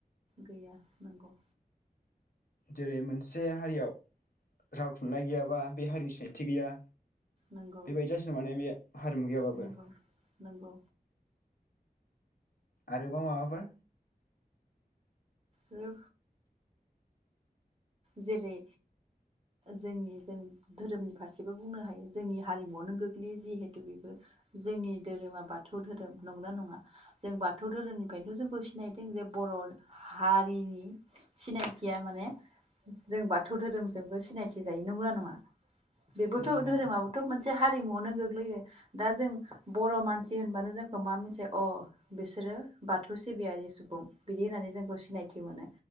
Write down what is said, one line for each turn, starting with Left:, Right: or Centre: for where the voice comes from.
Right: गैया नोंगौ।
Left: जेरै मोनसे हारियाव राव थुनलाइ गैयाबा बे हारिनि सिनाय थि गैया
Right: नंगौ
Left: बेबायदि जासिगोन माने बे हारिमु गैयाबाबो।
Right: नंगौ नंगौ
Left: आरोबाव माबाफोर?
Right: आरो जेरै जोंनि जों धोरोमनि फारसेबो बुंनो हायो जोंनि हारिमुआवनो गोग्लैयो जिहेथु बेबो जोंनि धोरोमा बाथौ धोरोम नंना नङा? जों बाथौ थौ धोरोमनिफ्रायनो जोंखौ सिनाय थिं जे बर' हारिनि सिनायथिया माने जों बाथौ धोरोमजोंबो सिनायथि जायो नंगौना नङा? बेबोथ'
Left: नोंगौ
Right: धोरोमाबोथ' मोनसे हारिमुआवनो गोग्लैयो दा जों बर' मानसि होनबानो जोंखौ मा मोनसे अ बिसोरो बाथौ सिबियारि सुबुं बिदि होननानै जोंखौ सिनाय थि मोनो